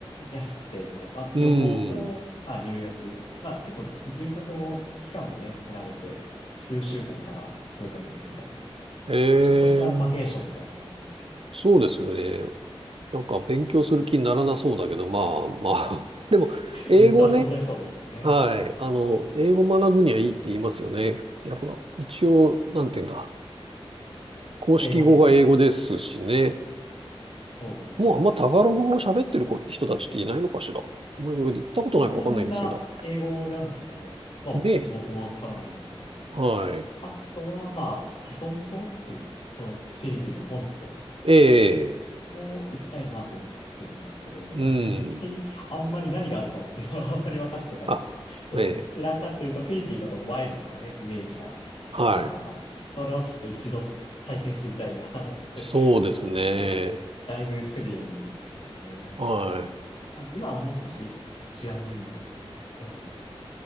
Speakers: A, on the left; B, on the right.
A: 安くて、みたいな。まあ、
B: うん。
A: 旅行と、まあ、留学。まあ、結構、留学も、期間もね、選べて、数週間から数ヶ月みたいな。
B: え
A: ちょっとしたバケーションみたいな感じですけど。
B: え、そうですよね。なんか勉強する気にならなそうだけど、まあまあ。<laughs> でも、
A: <laughs>
B: 英語ね。
A: ずっと遊んじゃいそうですよね。
B: はい。あの、英語学ぶにはいいって言いますよね。やっぱ、一応、なんて言うんだ。公式語が英語ですしね。
A: 英語圏。そうですよね。
B: もうあんまタガログ語を喋ってる子人たちっていないのかしら。もう言ったことないかわかんないんですけど。
A: えそんなにみんな英語なんですかね。まあ、
B: で、
A: 僕もわからないですけど。
B: はい。
A: あとは、まあ、ケソン島っていうんですか。そのフィリピンの本島
B: ええ
A: も行きたいなと思ってるんですけど、
B: うん。
A: まあ、実際、あんまり何があるかっていうのは <laughs> あんまり分かってなくて、
B: あ、
A: どちらかというと、
B: ええ、
A: フィリピンのこのワイルドなね、イメージがあるから、
B: はい。
A: それをちょっと一度体験してみたいな <laughs> って思うんですけど、
B: そうですね。
A: だいぶスリリングですよね。
B: はい。
A: あの今はもう少し治安もいいのかな。思うなんです